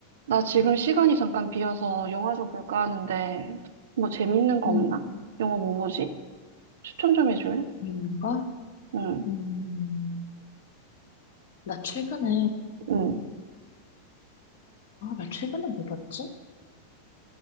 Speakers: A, on the right (about 60°); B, on the left (about 55°).
A: 나 지금 시간이 잠깐 비어서 영화 좀 볼까 하는데, 뭐 재밌는 거
B: 음,
A: 없나? 영화 뭐 보지? 추천 좀 해줄래?
B: 재밌는 거?
A: 응,
B: 음, 나 최근에,
A: 응.
B: 아, 나 최근에 뭐 봤지?